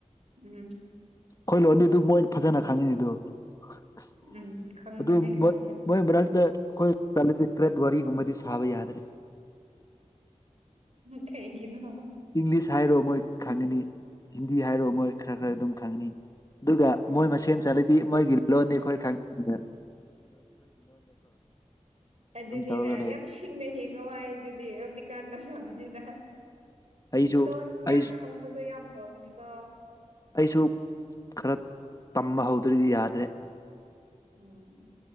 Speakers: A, on the right (about 65°); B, on the left (about 30°).
A: ꯎꯝ ꯎꯝ
B: ꯈꯣꯏ ꯂꯣꯟꯗꯤ ꯑꯗꯨ ꯃꯣꯏ ꯐꯖꯅ ꯈꯪꯉꯤꯅꯤ ꯑꯗꯨ ꯑꯁ
A: ꯎꯝ ꯈꯪꯕꯅꯦ
B: ꯑꯗꯨ
A: ꯈꯪꯕꯅꯦ
B: ꯃꯣꯏ ꯃꯣꯏ ꯃꯔꯛꯇ ꯑꯈꯣꯏ ꯆꯠꯂꯗꯤ ꯀ꯭ꯔꯦꯠ ꯋꯥꯔꯤꯒꯨꯝꯕꯗꯤ ꯁꯥꯕ ꯌꯥꯗ꯭ꯔꯦ꯫
A: ꯀꯩꯒꯤꯅꯦ
B: ꯏꯪꯂꯤꯁ ꯍꯥꯏꯔꯣ ꯃꯣꯏ ꯈꯪꯉꯅꯤ ꯍꯤꯟꯗꯤ ꯍꯥꯏꯔꯣ ꯃꯣꯏ ꯈꯔ ꯈꯔ ꯑꯗꯨꯝ ꯈꯪꯉꯅꯤ꯫ ꯑꯗꯨꯒ
A: ꯎꯝ
B: ꯃꯣꯏ ꯃꯁꯦꯟ ꯆꯠꯂꯗꯤ ꯃꯣꯏꯒꯤ ꯂꯣꯟꯗꯤ ꯑꯈꯣꯏ ꯈꯪ <unintelligible>
A: ꯑꯗꯨꯅꯤꯅ
B: ꯑꯗꯨꯝ ꯇꯧꯔꯒ ꯂꯩ
A: ꯌꯥꯝꯁꯤ ꯁꯤꯡꯅ ꯍꯤꯡꯉꯣ ꯍꯥꯏꯗꯨꯗꯤ ꯍꯧꯖꯤꯛꯀꯥꯟ ꯃꯅꯝꯁꯤꯗ
B: ꯑꯩꯁꯨ
A: ꯂꯣꯟ ꯌꯥꯝ
B: ꯑꯩꯁꯨ
A: ꯈꯪꯕꯗꯣ ꯌꯥꯝ ꯐꯕꯅꯤꯀꯣ
B: ꯑꯩꯁꯨ ꯈꯔ ꯇꯝꯕ ꯍꯧꯗ꯭ꯔꯗꯤ ꯌꯥꯗ꯭ꯔꯦ
A: ꯎꯝ